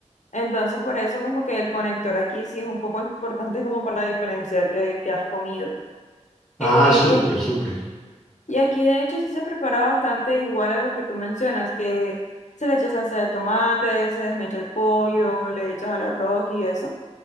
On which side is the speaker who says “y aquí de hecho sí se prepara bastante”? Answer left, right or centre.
Left